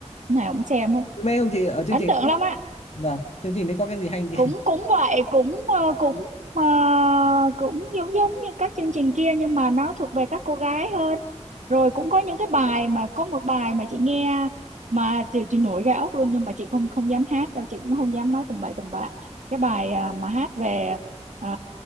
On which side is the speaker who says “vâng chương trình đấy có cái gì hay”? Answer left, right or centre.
Left